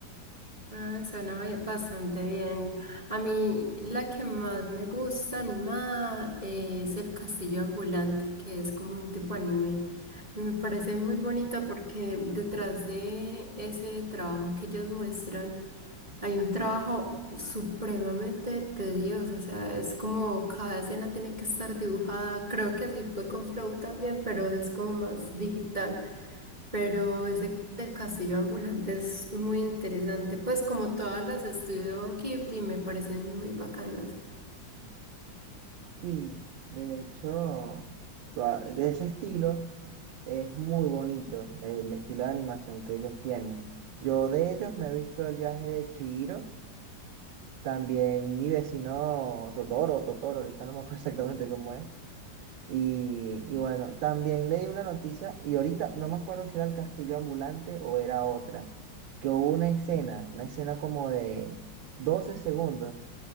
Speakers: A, on the right; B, on the right.
A: Ah, suena bi- bastante bien. A mí la que más me gusta animada eh, es El Castillo Ambulante, que es como un tipo anime. Me parece muy bonita porque detrás de ese trabajo que ellos muestran hay un trabajo supremamente tedioso. O sea, es como cada escena tiene que estar dibujada. Creo que así fue con Flow también, pero es como más digital. Pero ese del castillo ambulante es muy interesante, pues como todas las de Estudio Ghibli me parecen muy bacanas.
B: Sí, de hecho, toda- de ese estilo es muy bonito el estilo de animación que ellos tienen. Yo de ellos me he visto el viaje de Chihiro, también mi vecino Totoro, Totoro, ahorita no me acuerdo <laughs> exactamente cómo es. Y, y bueno, también leí una noticia y ahorita no me acuerdo si era el castillo ambulante o era otra, que hubo una escena, una escena como de 12 segundos